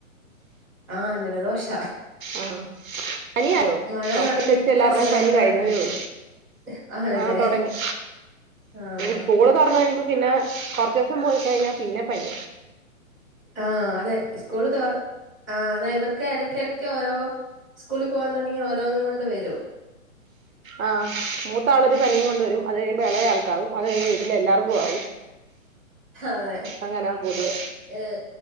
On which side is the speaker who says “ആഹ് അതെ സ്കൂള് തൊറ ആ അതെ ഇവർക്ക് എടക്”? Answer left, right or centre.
Centre